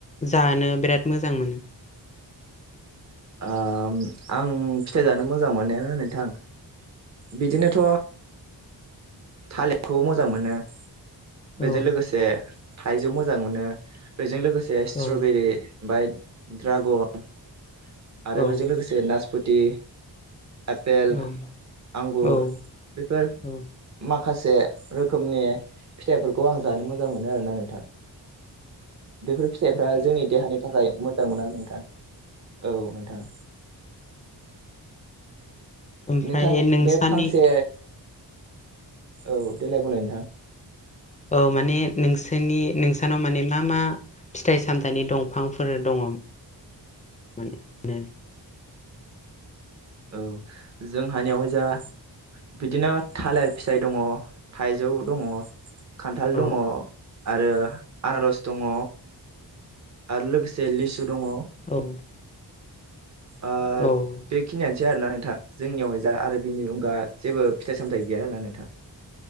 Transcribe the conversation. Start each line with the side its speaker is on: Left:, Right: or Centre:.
Left: जानो बिराद मोजां मोनो?
Right: ओम आं फिथाइ जानो मोजां मोनो नोंथां। बिदिनोथ' थालिरखौ मोजां मोनो।
Left: औ
Right: बेजों लोगोसे थाइजौ मोजां मोनो बेजों लोगोसे
Left: औ
Right: स्ट्रबेरि ओमफाय ड्रागन आरो
Left: औ
Right: बेजों लोगोसे नासप'ति आपेल,
Left: औ
Right: आंगुर
Left: औ
Right: बेफोर
Left: औ
Right: मा खासे रोखोमनि फिथाइफोरखौ आं जानो मोजां मोनो आरोना नोंथां। बेफोर फिथाइफ्रा जोंनि देहानि थाखाय मोजां मोना नोंथां। औ नोंथां।
Left: ओमफ्राय
Right: नोंथां
Left: नोंसानि
Right: बे फांसे औ देलाय बुंलाय नोंथां।
Left: औ माने नोंसोरनि नोंसानाव माने मा मा फिथाइ सामथाइनि दंफांफोर दङ' माने नो
Right: औ जोंहानियावहाय जा बिदिनो थालिर फिसाय दङ'। थाइजौ दङ', खान्थाल
Left: औ
Right: दङ' आरो आनारस दङ' आरो लोगोसे लिसु दङ'।
Left: औ
Right: ओह
Left: औ
Right: बेखिनियानोसै आरोना नोंथां जोंनियावहाय जा आरो बिनि अनगा जेबो फिथाइ सामथाइ गैया आरोना नोंथां।